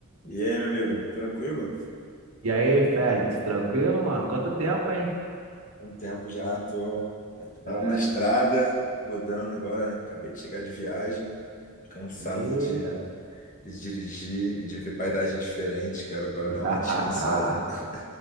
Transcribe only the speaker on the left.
E aí, meu amigo, tranquilo?
Há um tempo já, tô... Tava
na estrada, rodando agora, acabei de chegar de viagem, cansado
de, de dirigir, de ver paisagem diferente, quero agora
dar uma descansada. <laughs>